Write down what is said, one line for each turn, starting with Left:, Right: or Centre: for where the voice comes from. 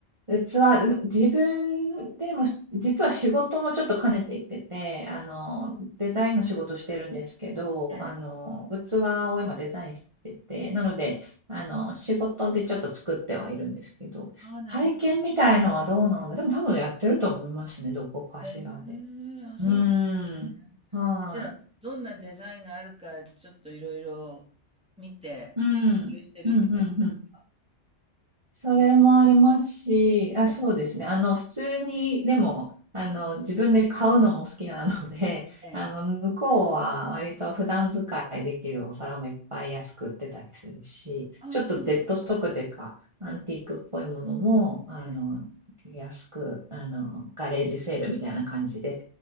Right: 器、う自分でも、実は仕事もちょっと兼ねていってて、あの、デザインの仕事してるんですけど、
Centre: ええ。
Right: あの、器を今デザインしてて、なので、あの、仕事でちょっと作ってはいるんですけど、
Centre: ああ、なるほど。
Right: 体験みたいのはどうなんだ。でも多分やってると思いますね、どこかしらで。
Centre: ええ、あ、そうなんですね。
Right: うーん。はい。
Centre: じゃあ、どんなデザインがあるか、ちょっといろいろ見て、
Right: うん。
Centre: 研究してるって感じですか
Right: うん、うん、うん。それもありますし、あ、
Centre: ええ。
Right: そうですね。あの、普通に、でも、あの、自分で買うのも好きなので、
Centre: ええ。
Right: <laughs> あの、向こうは割と普段使いできるお皿もいっぱい安く売ってたりするし、
Centre: ああ、
Right: ちょっとデッドストックというか、
Centre: そうなんだ。
Right: アンティークっぽいものも、あの、
Centre: ええ。
Right: 安く、あの、ガレージセールみたいな感じで